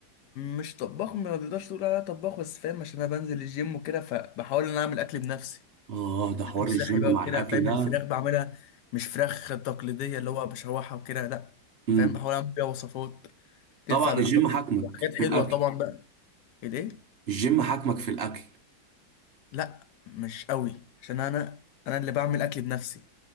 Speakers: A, on the left; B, on the right.
A: مش طباخ ما تقدرش تقول عليا طباخ بس فاهم عشان انا بنزل الجيم وكده فبحاول ان انا اعمل اكل بنفسي
B: آه ده حوار
A: اكل
B: الجيم
A: صحي بقى
B: مع
A: وكده
B: الأكل
A: فاهم
B: ده
A: الفراخ بعملها مش فراخ تقليديه اللي هو بشوحها وكده لا
B: مم.
A: فاهم بحاول اعمل بيها وصفات تنفع
B: طبعا
A: للدايت
B: الجيم حاكمك
A: وحاجات حلوه
B: في الأكل
A: طبعا بقى ايه
B: الجيم حاكمك في الأكل
A: لا مش قوي عشان انا انا اللي بعمل اكل بنفسي